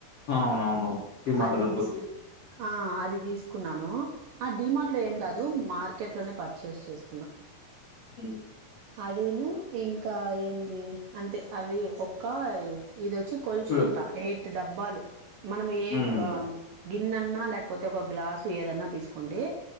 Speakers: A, on the left (about 60°); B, on the right (about 70°).
A: అవునవును. డీమార్ట్‌లో
B: అది
A: దొరుకుద్ది.
B: తీ ఆ అది తీసుకున్నాను ఆ డిమార్ట్ లో ఏం కాదు మార్కెట్ లోనే పర్చేస్ చేసుకున్నా
A: ము
B: అదీను ఇంకా ఏంది అంతే అది ఒక్క ఇది వచ్చి కొలుచుకుంటా
A: హ్మ్.
B: ఎయిట్ డబ్బాలు మనం ఏ
A: హ్మ్.
B: గిన్నెన్నా లే పోతే ఒక గ్లాసు ఏదన్నా తీసుకోండి